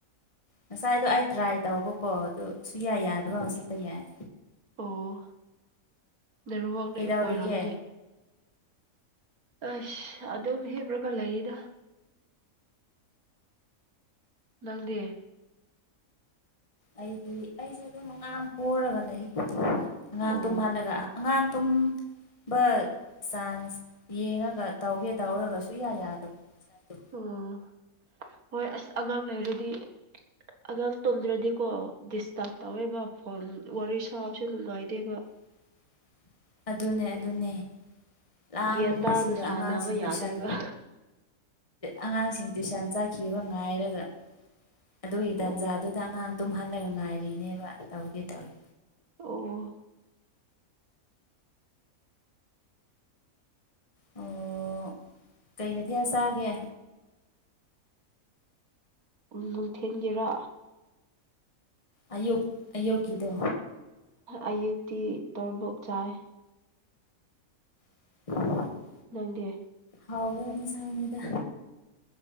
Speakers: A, on the left; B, on the right.
A: ꯉꯁꯥꯏꯗꯣ ꯑꯩ ꯇ꯭ꯔꯥꯏ ꯇꯧꯕꯀꯣ ꯑꯗꯨ ꯁꯨꯌꯥ ꯌꯥꯗꯕ ꯍꯧꯖꯤꯛꯇ ꯌꯥꯏ
B: ꯑꯣ ꯅꯦꯠꯋꯥꯛꯅ
A: ꯀꯩꯗꯧꯔꯤꯒꯦ
B: ꯑꯣꯏꯔꯝꯒꯅꯦ ꯑꯩꯁ ꯑꯗꯨꯝ ꯍꯦꯕꯔꯒ ꯂꯩꯗ ꯅꯪꯗꯤ
A: ꯑꯩꯗꯤ ꯑꯩꯁꯨ ꯑꯗꯨꯝ ꯑꯉꯥꯡ ꯄꯣꯔꯒ ꯂꯩ ꯑꯉꯥꯡ
B: ꯑꯣ
A: ꯇꯨꯝꯍꯜꯂꯒ ꯑꯉꯥꯡ ꯇꯨꯝꯕ ꯆꯥꯟꯁ ꯌꯦꯡꯉꯒ ꯇꯧꯒꯦ ꯇꯧꯔꯒ ꯁꯨꯌꯥ ꯌꯥꯗꯕ ꯉꯁꯥꯏꯗꯣ
B: ꯑꯣ ꯍꯣꯏ ꯑꯁ ꯑꯉꯥꯡ ꯂꯩꯔꯗꯤ ꯑꯉꯥꯡ ꯇꯨꯝꯗ꯭ꯔꯗꯤꯀꯣ ꯗꯤꯁꯇꯔꯕ ꯇꯧꯋꯦꯕ ꯐꯣꯟ ꯋꯥꯔꯤ ꯁꯥꯕꯁꯦ ꯅꯨꯡꯉꯥꯏꯇꯦꯕ
A: <inaudible> ꯑꯗꯨꯅꯦ ꯑꯗꯨꯅꯦ ꯂꯥꯡꯕꯁꯤꯒ
B: ꯒꯌ꯭ꯥꯟ ꯇꯥꯅ ꯁꯥꯟꯅꯕ
A: ꯑꯉꯥꯡꯁꯤꯡ
B: ꯌꯥꯗꯦꯕ
A: ꯇꯨꯏꯁꯟ ꯑꯉꯥꯡꯁꯤꯡ ꯇ꯭ꯨꯏꯁꯟ ꯆꯠꯈꯤꯕ ꯉꯥꯏꯔꯒ ꯑꯗꯨꯒꯤ ꯇꯥꯟꯖꯥꯗꯨꯗ
B: ꯑꯣ
A: ꯑꯉꯥꯡ ꯇꯨꯝꯍꯜꯂꯒ ꯉꯥꯏꯔꯤꯅꯦꯕ ꯇꯧꯒꯦ ꯇꯧꯔꯤ
B: ꯑꯣ
A: ꯑꯣ ꯀꯩ ꯃꯊꯦꯜ ꯆꯥꯒꯦ
B: ꯅꯨꯡꯊꯤꯟꯒꯤꯔꯣ
A: ꯑꯌꯨꯛ ꯑꯌꯨꯛꯀꯤꯗꯣ
B: ꯑꯌꯨꯛꯇꯤ ꯇꯣꯔꯕꯣꯛ ꯆꯥꯏ
A: <unintelligible>
B: ꯅꯪꯗꯤ
A: ꯍꯥꯎꯕ ꯏꯟꯁꯥꯡꯅꯤꯗ